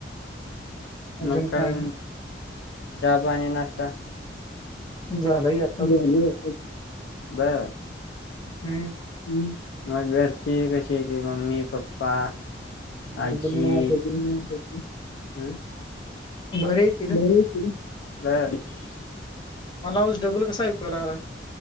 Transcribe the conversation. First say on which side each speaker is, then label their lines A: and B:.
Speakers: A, on the left; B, on the left.
A: अजून
B: मग काय
A: काम
B: चहा पाणी नाश्ता?
A: झालं यात.
B: झाला की आताच, बरं.
A: हम्म
B: हम् मग घरची कशी हायती मम्मी पप्पा. आजी
A: एकदम निवांत होतो.
B: हम्म
A: <unintelligible>
B: <unintelligible>
A: मला आवाज डबल कसा ऐक्यु याय लागलाय?